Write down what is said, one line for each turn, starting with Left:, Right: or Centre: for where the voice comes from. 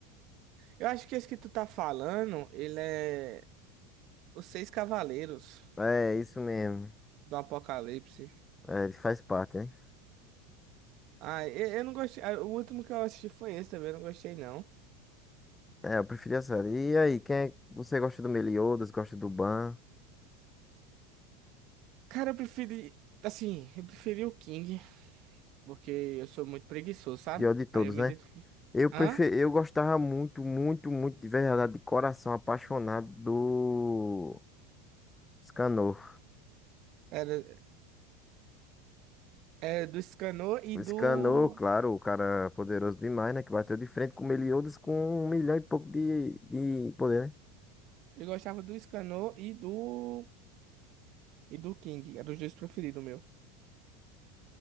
Right: Eu acho que esse que tu tá falando, ele é os Seis Cavaleiros
Left: É, isso mesmo.
Right: do Apocalipse.
Left: É, ele faz parte, né?
Right: Ah, eu, eu não gostei. ah, O último que eu assisti foi esse também, eu não gostei não.
Left: É, eu preferi a série. E aí, quem é... você gosta do Meliodas, gosta do Ban?
Right: Cara, eu preferi, assim, eu preferi o King, porque eu sou muito preguiçoso, sabe?
Left: Pior de todos,
Right: Aí eu me
Left: né?
Right: identifico.
Left: Eu prefiro,
Right: Hã?
Left: eu gostava muito, muito, muito de verdade, de coração apaixonado do Scanor.
Right: Era, era do Escanor e
Left: O
Right: do
Left: Scanor, claro, o cara poderoso demais, né? Que bateu de frente com o Meliodas com um milhão e pouco de, de poder, né?
Right: Eu gostava do Scanor e do. E do King. Eram os dois preferidos, meu.